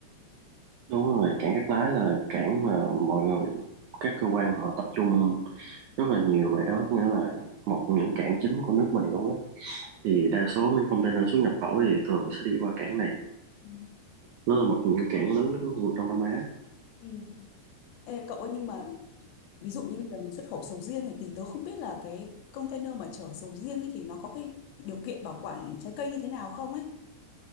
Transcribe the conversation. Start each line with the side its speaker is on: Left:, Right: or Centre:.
Right: đúng rồi cảng cát lái là cảng mà mọi người các cơ quan họ tập trung rất là nhiều về đó nghĩa là một trong những cảng chính của nước mình luôn á thì đa số mấy container xuất nhập khẩu thì thường sẽ đi qua cảng này
Left: Ừ.
Right: nó là một trong những cảng lớn nhất của khu vực Đông Nam Á
Left: Ừ. Ê, cậu ơi nhưng mà ví dụ như bây giờ mình xuất khẩu sầu riêng này thì tớ không biết là cái container mà chở sầu riêng ấy thì nó có cái điều kiện bảo quản trái cây như thế nào không ấy.